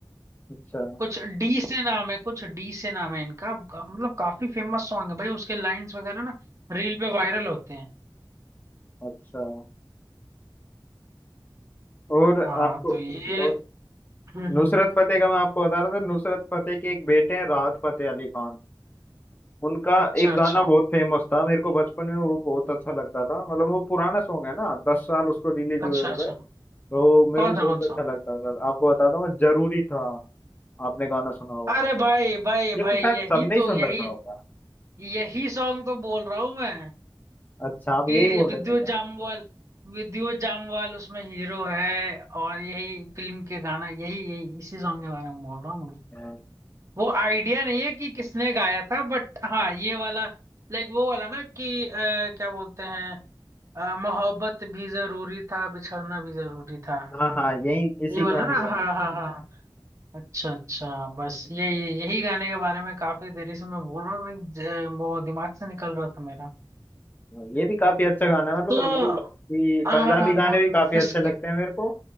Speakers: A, on the left; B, on the right.
A: अच्छा
B: कुछ डी से नाम है कुछ डी से नाम है इनका मतलब काफी फेमस सॉन्ग है भाई उसके लाइंस वगैरह ना रील पे वायरल होते हैं
A: अच्छा और
B: हाँ
A: आपको
B: तो ये
A: और
B: हम्म हम्म
A: नुसरत
B: हम्म।
A: फतेह का मैं आपको बता रहा था नुसरत फतेह के एक बेटे हैं राहत फतेह अली खान उनका
B: अच्छा
A: एक
B: अच्छा
A: गाना बहुत फेमस था मेरे को बचपन में वो बहुत अच्छा लगता था मतलब वो पुराना सॉन्ग है ना दस साल उसको रिलीज हुए
B: अच्छा
A: हो
B: अच्छा
A: गए तो मेरे
B: कौन
A: को बहुत
B: सा कौन सा
A: अच्छा लगता था आपको बताता हूँ जरूरी था आपने गाना सुना हो
B: अरे भाई भाई
A: ये
B: भाई
A: तो शायद
B: यही
A: सबने ही
B: तो
A: सुन
B: यही
A: रखा होगा
B: यही सॉन्ग तो बोल रहा हूँ मैं
A: अच्छा आप
B: कि
A: यही बोल
B: विद्युत
A: रहे थे क्या
B: जामवाल विद्युत जामवाल उसमें हीरो है और यही फिल्म के गाना यही यही इसी सॉन्ग के बारे में बोल रहा हूँ मैं।
A: हाँ
B: वो आइडिया नहीं है कि किसने गाया था बट हाँ ये वाला लाइक वो वाला ना कि अ, क्या बोलते हैं अ, मोहब्बत भी जरूरी था बिछड़ना भी जरूरी था
A: हाँ हाँ, यही इसी
B: ये वाला
A: गाने
B: ना
A: का
B: हाँ
A: है
B: हाँ हाँ हाँ। अच्छा अच्छा बस ये ये यही गाने के बारे में काफी देरी से मैं बोल रहा हूँ like, ज- वो दिमाग से निकल रहा था मेरा
A: हाँ, ये भी काफी अच्छा गाना है मतलब
B: तो
A: वही है कि
B: हाँ
A: पंजाबी गाने भी काफी अच्छे
B: इसके
A: लगते हैं मेरे को